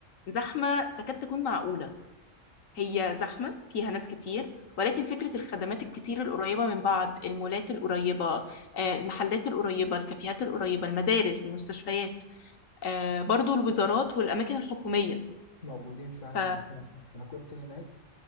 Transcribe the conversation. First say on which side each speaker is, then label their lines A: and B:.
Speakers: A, on the left; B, on the left.
A: زحمة تكاد تكون معقولة هي زحمة فيها ناس كتير ولكن فكرة الخدمات الكتير القريبة من بعض المولات القريبة آه، المحلات القريبة الكافيهات القريبة المدارس المستشفيات آه، برضو الوزارات والأماكن الحكومية
B: موجودين فعلا
A: ف
B: بالفعل انا كنت هناك